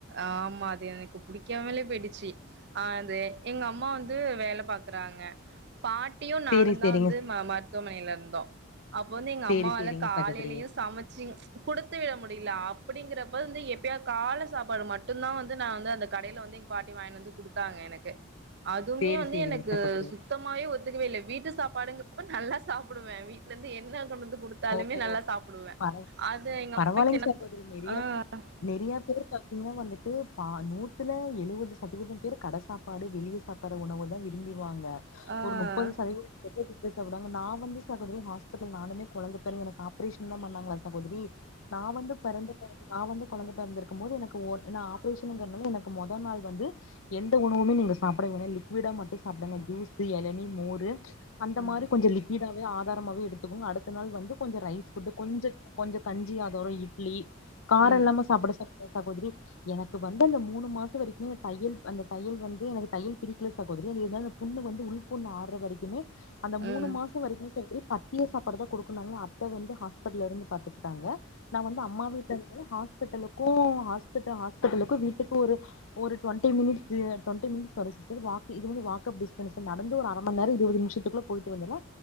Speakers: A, on the right (about 55°); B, on the left (about 80°).
A: ஆமா அது எனக்கு புடிக்காமலே போயி்டிச்சி அஹ் அது எங்க அம்மா வந்து வேல பாக்குறாங்க பாட்டியு நானு
B: சேரி
A: தா
B: சேரிங்க
A: வந்து மருத்துவமனையில இருந்தோம் அப்போ வந்து எங்க
B: சேரி
A: அம்மாவால
B: சேரிங்க
A: காலையிலயு
B: சகோதரி
A: சமச்சு குடுத்து விட முடியல அப்படிங்கறப்ப வந்து எப்பயவாது கால சாப் சாப்பாடு மட்டும்தா வந்து நா வந்து அந்த கடையில வந்து இங்க பாட்டி வாங்கினு வந்து கொடுத்தாங்க எனக்கு அதுமே
B: சேரி
A: வந்து
B: சேரிங்க
A: எனக்கு
B: சகோதரி
A: சுத்தமாவே ஒத்துக்கவே இல்ல வீட்டு சாப்பாடுங்க அப்ப நல்லா சாப்பிடுவே வீட்ல இருந்து என்ன கொண்டு வந்து குடுத்தாலுமே
B: ஓ ஓ
A: நல்லா சாப்பிடுவே
B: பர
A: அது எங்க
B: பரவாயில்லைங்க
A: அம்மகிட்ட என்ன
B: சகோதரி நெறைய
A: ஆஹ்
B: நெறைய பேர் பாத்தீங்கன்னா வந்துட்டு பா நூத்துல எழுபது சதவீதம் பேர் கட சாப்பாடு வெளிய சாப்பாடுற உணவ தா விரும்பிவாங் க
A: ஆ
B: ஒரு முப்பது சதவீதம் சாப்டுவாங்க நா வந்து சகோதரி ஹாஸ்பிட்டல் நானுமே கொழந்த பெறந்து எனக்கு ஆப்ரேஷன் தா பண்ணாங்களா சகோதரி நா வந்து பெறந்து பிறகு நா வந்து குழந்த பிறந்திருக்கும் போது எனக்கு ஒன்னு ஆப்ரேஷனுங்கனால எனக்கு மொதல் நாள் வந்து எந்த உணவுமே நீங்க சாப்பிட வேனா லிக்விடா மட்டும் சாப்பிடுங்க ஜூசு எளனி மோரு அந்த
A: ம்
B: மாரி கொஞ்ச லிக்விடா ஆதாரமாவே எடுத்துகோங்க அடுத் த நாள் வந்து கொஞ்ச ரைஸ் போட்டு கொஞ்ச கொஞ்சோ கஞ்சி ஆதாரம் இட்லி காரம்
A: ம்
B: இல்லாம சாப்ட சாப்பட சகோதரி எனக்கு வந்து அந்த மூணு மாசம் வரைக்கும் அந்த தையல் அந்த தையல் வந்து எனக்கு தையல் பிரிக்கல சகோதரி இந்த புண்ணு வந்து உள் புண்ணு ஆர்ற வரிக்குமே அந்த
A: ம்
B: மூணு
A: ம்
B: மாசம் வரைக்கு சொல்லி பத்திய சா பாடு தா கொடுக்னுனாங்ளா அத்த வந்து ஹாஸ்பிட்டல இருந்து பாத்துக்கிட்டாங்க நா வந்து அம்மா வீட்ல இரு ஹாஸ் ஹாஸ்பிடலுக்கு ஹாஸ்பிட் ஹாஸ்பிடலுக்கு வீட்டுக்கு ஒரு ஒரு டுவண்டி மினிட்ஸ்ல டுவண்டி மினிட்ஸ் வரு சிஸ்டர் வாக்கு இது வந்து வாக்கஃபல் டிஸ்டன்ஸ் நடந்து ஒரு அர மணி நேரம் இருபது நிமிஷத்துக்குள்ள போயிட்டு வந்துலா